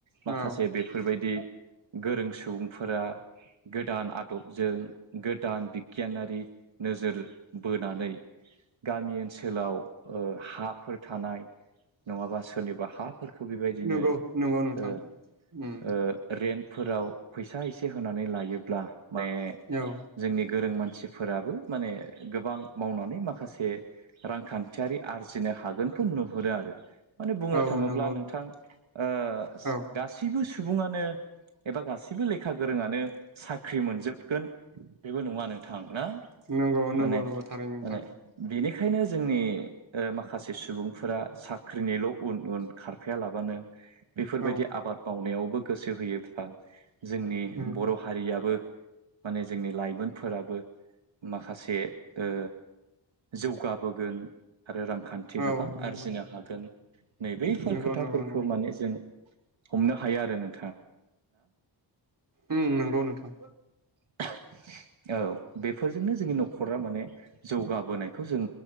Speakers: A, on the right (about 75°); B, on the right (about 45°).
A: माखासे
B: औ
A: बेफोरबायदि गोरों सुबुंफोरा गोदान आदबजों गोदान बिगियानारि नोजोर बोनानै गामि ओनसोलाव ओ हाफोर थानाय नङाबा सोरनिबा हाफोर खौ बेबायदिनो
B: नंगौ नंगौ नोंथां
A: ओ
B: उम
A: ओ रेन्ट फोराव फैसा एसे होनानै लायोब्ला माने
B: औ
A: जोंनि गोरों मानसि मानसिफोराबो माने गोबां मावनानै माखासे रांखान्थियारि आरजिनो हागोन खौ नुहोरो आरो माने बुंनो
B: औ
A: थाङोब्ला
B: नंगौ
A: नोंथां ओ
B: औ
A: गासिबो सु सुबुङानो एबा गासिबो लेखा गोरोंङानो साख्रि मोनजोबगोन बेबो नङा नोंथां ना
B: नंगौ नंगौ
A: माने
B: नंगौ थारैनो नोंथां
A: माने बेनिखायनो जोंनि ओ माखासे सुबुंफोरा साख्रिनिल' उन उन खारफाया लाबानो <inaudible> बेफोरबायदि
B: औ
A: आबाद मावनायावबो गोसो होयोब्ला जोंनि
B: नंगौ
A: बर' हारियाबो माने जोंनि लाइमोनफोराबो माखासे ओ जौगाबोगोन आरो रांखान्थि
B: औ
A: गोबां
B: नंगौ
A: आरजिनो हागोन। नै बैफोर
B: नंगौ
A: खोथाफोरखौ
B: नंगौ नोंथां
A: माने जों हमनो हायो आरो नों
B: उम नंगौ नोंथां।
A: <unintelligible> औ बेफोरजोंनो जोंनि न'खरा माने जौगाबोनायखौ जों